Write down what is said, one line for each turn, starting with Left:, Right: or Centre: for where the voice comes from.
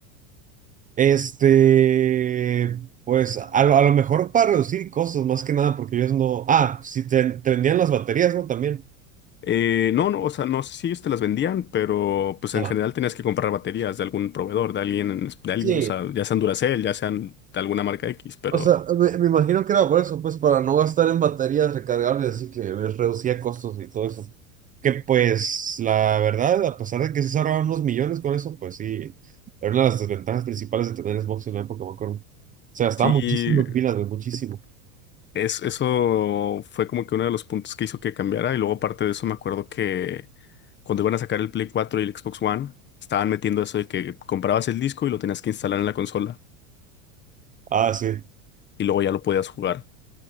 Right: Este, pues a lo, a lo mejor para reducir costos, más que nada, porque ellos no. Ah, sí, te, te vendían las baterías, ¿no? También.
Left: Eh, no, no, o sea, no sé si ellos te las vendían, pero pues
Right: No.
Left: en general tenías que comprar baterías de algún proveedor, de alguien, en de alguien,
Right: Sí,
Left: o sea, ya sean Duracell, ya sean de alguna marca X, pero
Right: O sea, me, me imagino que era por eso, pues para no gastar en baterías recargables, así que pues, reducía costos y todo eso. Que pues la verdad, a pesar de que sí se ahorraban unos millones con eso, pues sí, era una de las desventajas principales de tener Xbox en la época, me acuerdo. Se gastaba
Left: sí,
Right: muchísimo en pilas, güey, muchísimo.
Left: Es, eso fue como que uno de los puntos que hizo que cambiara. Y luego, aparte de eso, me acuerdo que cuando iban a sacar el Play 4 y el Xbox One, estaban metiendo eso de que comprabas el disco y lo tenías que instalar en la consola.
Right: Ah, sí.
Left: Y luego ya lo podías jugar.